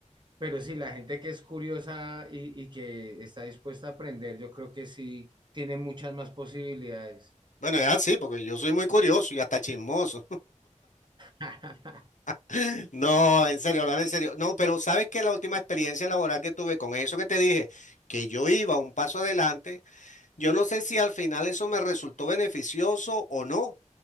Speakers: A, on the right (about 35°); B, on the left (about 70°).
A: Pero sí, la gente que es curiosa y, y que está dispuesta a aprender, yo creo que sí tiene muchas más posibilidades.
B: Bueno, es así, porque yo soy muy curioso y hasta chismoso.
A: <laughs>
B: <laughs> No, en serio, hablame en serio. No, pero sabes que la última experiencia laboral que tuve con eso que te dije, que yo iba un paso adelante. Yo no sé si al final eso me resultó beneficioso o no.